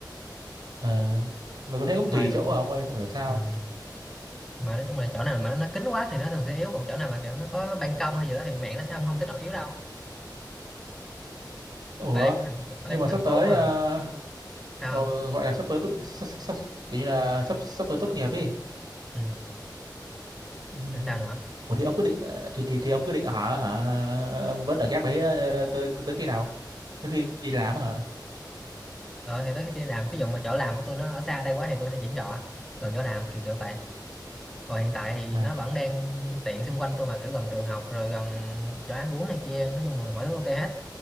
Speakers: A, on the right (about 70°); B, in the centre.
A: Ừ. Mà có thấy cũng
B: thôi
A: tùy chỗ à ông ơi không hiểu sao.
B: ừ. mà nói chung là chỗ nào mà nó, nó kín quá thì nó thường sẽ yếu còn chỗ nào mà kiểu nó có ban công hay gì đó thì mẹ nó sẽ không không tới nỗi yếu đâu
A: Ủa
B: tại đây cũng thành ở
A: nhưng
B: đây cũng
A: mà
B: thành
A: sắp
B: phố
A: tới
B: mà
A: ờ,
B: sao
A: ờ,
B: không
A: gọi là sắp tới tốt sắp, sắp, sắp, kiểu như là sắp sắp tới tốt nghiệp ấy.
B: ừ.
A: Ừ.
B: rồi sao nữa
A: Ủa thì ông quyết định ờ, thì thì thì ông quyết định ở hả ờ, vẫn ở ghép đấy ờ, tới tới tới khi nào? Tới khi đi làm hả?
B: ờ thì tới khi đi làm ví dụ mà chỗ làm của tôi nó ở xa đây quá thì tôi phải chuyển trọ gần chỗ làm kiểu kiểu vậy còn hiện tại thì
A: À.
B: nó vẫn đang tiện xung quanh tôi mà kiểu gần trường học rồi gần chỗ ăn uống này kia nói chung là mọi thứ ok hết